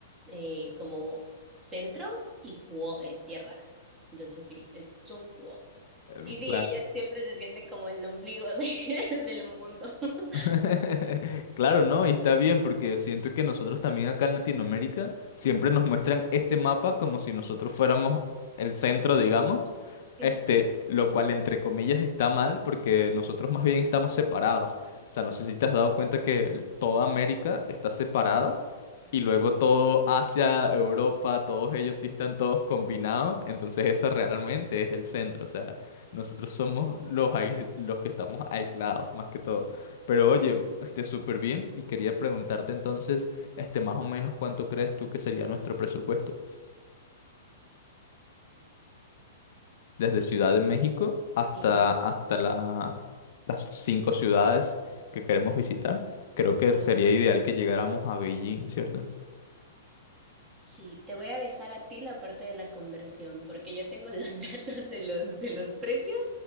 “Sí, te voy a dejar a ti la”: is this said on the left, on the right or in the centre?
Right